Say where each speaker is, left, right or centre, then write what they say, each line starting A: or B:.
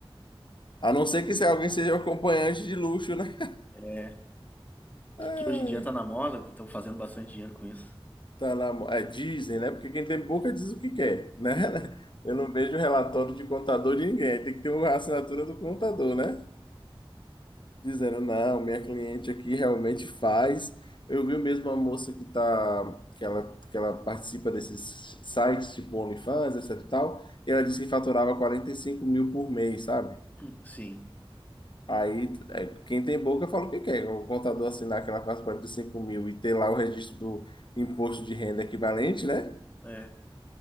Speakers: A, on the left (about 55°); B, on the left (about 15°).
A: A não ser que se alguém seja um acompanhante de luxo, né?
B: É,
A: Ai,
B: que hoje em dia tá na moda, estão fazendo bastante dinheiro com isso.
A: tá na mo- é, dizem, né? Porque quem tem boca diz o que quer, né? <laughs> Eu não vejo relatório de contador de ninguém. Tem que ter uma assinatura do contador, né? dizendo, não, minha cliente aqui realmente faz. Eu vi mesmo a moça que tá, que ela, que ela participa desses sites, tipo OnlyFans, etc e tal, e ela disse que faturava 45 mil por mês, sabe?
B: Hum, Sim.
A: Aí, é, quem tem boca fala o que quer. O contador assinar que ela faz 45 mil e ter lá o registro do imposto de renda equivalente, né?
B: É.